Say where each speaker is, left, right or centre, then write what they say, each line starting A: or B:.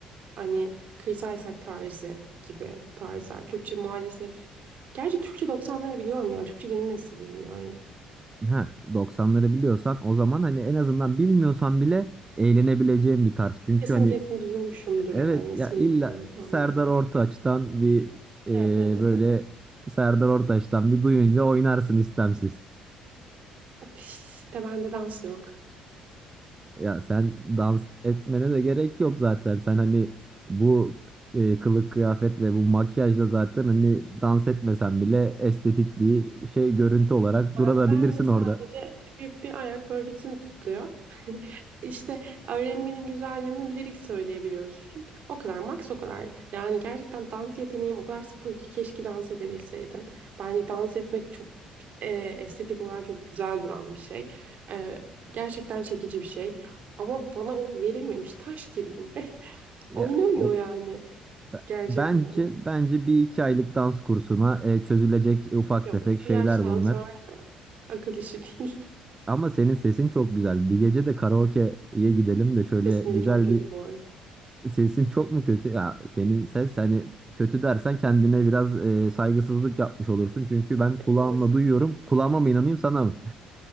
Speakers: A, on the right; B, on the right.
A: hani Chris Isaak tarzı gibi tarzlar. Türkçe maalesef gerçi Türkçe 90'ları biliyorum ya Türkçe yeni nesil bilmiyorum.
B: Ha 90'ları biliyorsan o zaman hani en azından bilmiyorsan bile eğlenebileceğin bir tarz. Çünkü
A: Kesin
B: hani
A: kesin duymuşumdur
B: evet
A: yani ismini
B: ya illa
A: bilmiyorsam
B: Serdar
A: bile.
B: Ortaç'tan bir e,
A: Evet evet
B: böyle
A: evet.
B: Serdar Ortaç'tan bir duyunca oynarsın istemsiz.
A: İşte bende dans yok.
B: Ya sen dans etmene de gerek yok zaten. Sen hani bu e, kılık kıyafet ve bu makyajla zaten hani dans etmesen bile estetik bir şey görüntü olarak
A: Ben
B: durabilirsin
A: ben de sadece
B: orada.
A: bir, bir ayak böyle ritim tutuyor. <laughs> İşte R&B'nin güzel yanı lirik söyleyebiliyorsun. O kadar max o kadar. Yani gerçekten dans yeteneğim o kadar sıfır ki keşke dans edebilseydim. Bence dans etmek çok e, estetik olarak çok güzel duran bir şey. E, gerçekten çekici bir şey. Ama bana o verilmemiş taş gibiyim. <laughs>
B: Ya
A: Oynamıyor
B: o
A: yani
B: b-
A: gerçekten.
B: bence bence bir iki aylık dans kursuna e, çözülecek ufak
A: Yok
B: tefek şeyler
A: bu yaştan
B: bunlar.
A: sonra akıl işi değil.
B: Ama senin sesin çok güzel. Bir gece de karaoke'ye gidelim
A: <laughs>
B: de şöyle
A: Sesim
B: güzel
A: de çok kötü
B: bir
A: bu arada.
B: Sesin çok mu kötü? Ya senin ses hani kötü dersen kendine biraz e, saygısızlık yapmış olursun. Çünkü ben kulağımla
A: Ama.
B: duyuyorum. Kulağıma mı inanayım sana mı?